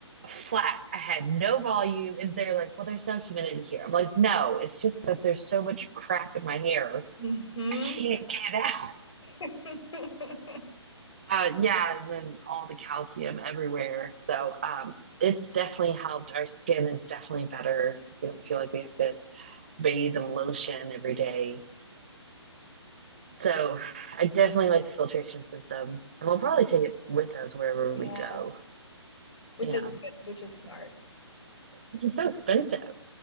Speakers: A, on the right; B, on the left.
A: flat. I had no volume. And they're like, well, there's no humidity here. I'm like, no, it's just that there's so much crap in my hair.
B: hmm
A: I can't get it
B: <laughs>
A: uh, yeah, and then all the calcium everywhere. So um, it's definitely helped. Our skin is definitely better. We don't feel like we have to bathe in lotion every day. So I definitely like the filtration system, and we'll probably take it with us wherever
B: Yeah.
A: we go.
B: Which
A: Yeah,
B: is good, which is smart.
A: this is so expensive.